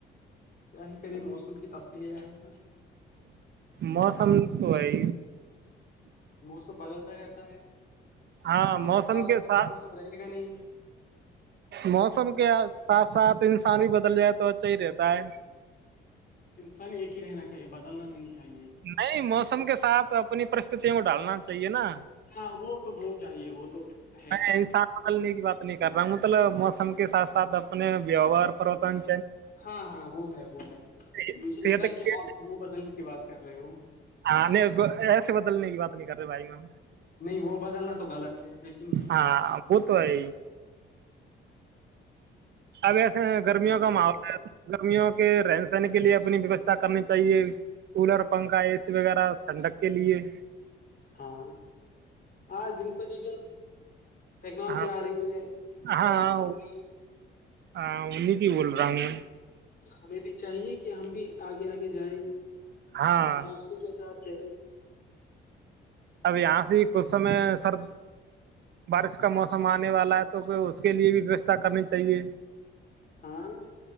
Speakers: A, on the left; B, on the right.
A: کیا ہی کرے موسم کی تبدیلیاں ہیں ہاں
B: موسم تو ہے
A: موسم بدلتا رہتا ہے
B: ہاں موسم
A: ایک سال
B: کے
A: تو
B: ساتھ
A: ایک موسم رہے گا نہیں
B: موسم کیا ساتھ ساتھ انسان بھی ب بدل جائے تو اچھا ہی رہتا ہے
A: انسان ایک ہی رہنا چاہیے بدلنا نہیں چاہیے
B: نہیں موسم کے ساتھ اپنی پرست کو ڈالنا چاہیے نا
A: ہاں وہ تو وہ چاہیے وہ تو ہے
B: میں انسان بدلنے کی بات نہیں کر رہا ہوں مطلب موسم کے ساتھ ساتھ اپنے ویوہار پرتن
A: ہاں ہاں وہ ہے وہ ہے
B: صحت
A: مجھے لگا
B: کے
A: کہ
B: لیے
A: آپ وہ ب کی بات کر رہے ہو
B: آ نہیں ایسے بدلنے کی بات نہیں کر رہے بھائی میں
A: نہیں وہ بدلنا تو غلط ہے ہے کہ نہیں
B: ہاں وہ تو ہے اب گرمیوں
A: ہاں وہ
B: کا
A: تو
B: ماحول
A: غلط
B: ہے گرمیوں کے رہن سہن کے لیے اپنی ویوستھا کرنی چاہیے کولر پنکھا اے سی وغیرہ ٹھنڈک کے لیے
A: ہاں آ جنپتی جون ٹیکنالوجی
B: ہاں
A: آ رہی ہے
B: ہاں
A: ترقی
B: ہاں
A: ہو رہی ہے
B: ہاں ان بھی ہی بول رہا ہوں
A: ہمیں بھی چاہیے کہ ہم بھی آگے آگے جائیں
B: ہاں
A: معاشی کے ساتھ چلیے
B: اب یہاں سے ہی کچھ سمے سر بارش کا موسم آنے والا ہے تو کو اس کے لیے بھی ووستھا کرنی چاہیے
A: ہاں